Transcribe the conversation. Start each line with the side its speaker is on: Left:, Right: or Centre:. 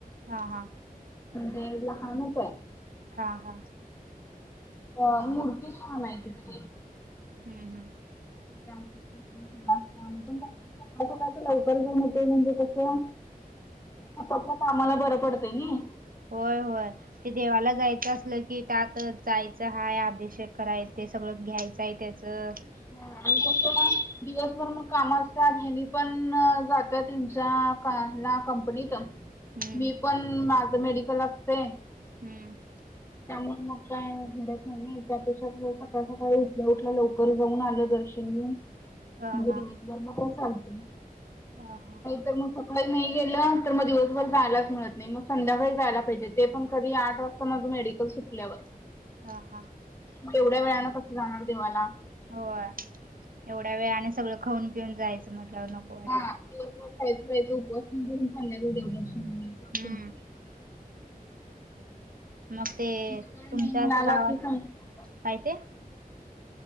Right: हा हा.
Left: म्हणजे लहानच हाय.
Right: हा हा
Left: अ मूर्ती छान हाय तिथली.
Right: हू हू.
Left: या शी पण सकाळ सकाळच लवकर जउन येतय म्हणजे कसं आपापल्या कामाला बरं पडतंय नई.
Right: व्हय व्हय. ते देवाला जायचं असलं की त्यात, जायचं हाय अभिषेक करा ते सगळं घ्यायचंय त्याचं
Left: ह आणि कस दिवसभर मग कामं असत्यात, हेणी पण जात्यात हेंच्या का कंप कंपनीत.
Right: हम्म
Left: मी पण माझं मेडिकल असतय.
Right: हम्म.
Left: त्यामुळ मग काय घडत नई नई. त्यापेक्षा सकाळ सकाळी उठल्या उठल्या लवकर जाऊन आलं दर्शन <unintelligible> म्हणजे
Right: हा हा
Left: दिवसभर म काय चालतय.
Right: हा हा.
Left: तर मग सकाळी नाही गेलं, तर मग दिवसभर जायलाच मिळत नई. मग संध्याकाळी जायला पाहिजे. ते पण कधी, आठ वाजता माझं मेडिकल सुटल्यावर.
Right: हा हा.
Left: मग एवढ्या वेळानं कसं जाणार देवाला?
Right: होय एवढ्या वेळाने सगळं खान पिऊन जायचं म्हटल्यावर नक
Left: हा दिवसभर खायचं प्यायच <unintelligible> संध्याकाळी देवदर्शन. घ्यायचं असं
Right: हम्म.
Left: होतंय.
Right: मग ते
Left: वेळ
Right: तुमच्यां
Left: नाही मिळाला
Right: इथ गावात,
Left: की संध्या-
Right: काय ते?